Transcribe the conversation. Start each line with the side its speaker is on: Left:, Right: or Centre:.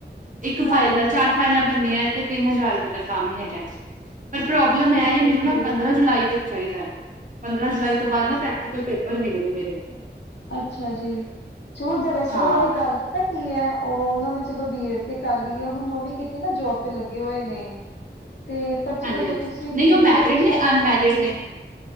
Right: ਇੱਕ
Left: ਹਾਂਜੀ
Right: ਫਾਈਲ ਦਾ ਚਾਰ ਫਾਈਲਾਂ ਬਣਨੀਆਂ ਤੇ ਤਿੰਨ ਹਜ਼ਾਰ ਰੁਪਏ ਦਾ ਕੰਮ ਹੈਗਾ। ਪਰ ਪ੍ਰੋਬਲਮ
Left: ਠੀਕ
Right: ਹੈ
Left: ਠੀਕ
Right: ਮੈਨੂੰ ਨਾ
Left: ਜੇ
Right: ਪੰਦਰਾਂ ਜੁਲਾਈ ਤੱਕ ਚਾਹੀਦਾ ਪੰਦਰਾਂ ਜੁਲਾਈ ਤੋਂ ਬਾਅਦ ਨਾ ਪ੍ਰੈਕਟੀਕਲ ਪੇਪਰ ਹੈਗੇ ਨੇ ਮੇਰੇ।
Left: ਅੱਛਾ ਜੀ। ਚਲੋਂ ਦਰਾ ਸਲ
Right: ਹਾਂ
Left: ਗੱਲ ਪਤਾ ਕੀ ਹੈ ਉਹ ਉਹਨਾਂ ਨੇ ਚਲੋਂ ਬੀ ਏਡ ਤੇ ਕਰ ਲਈ ਹੈ ਹੁਣ ਉਹ ਵੀ ਕੀ ਤੇ ਨਾ ਜੋਬ ਤੇ ਲੱਗੇ ਹੋਏ ਨੇ ਤੇ ਟੱਚ
Right: ਹਾਂਜੀ-ਹਾਂਜੀ
Left: ਵੁੱਡ ਜੇ ਤੁਸੀਂ ਮੈਨੂੰ
Right: ਨਹੀਂ ਉਹ ਮੈਰਿਡ
Left: ਤਾਂ ਲੱਗਾ ਸ਼ਾਇਦ
Right: ਨੇ
Left: ਤੋਂ
Right: ਅਨਮੈਰਿਡ
Left: ਜੇ ਤੁਸੀਂ
Right: ਨੇ।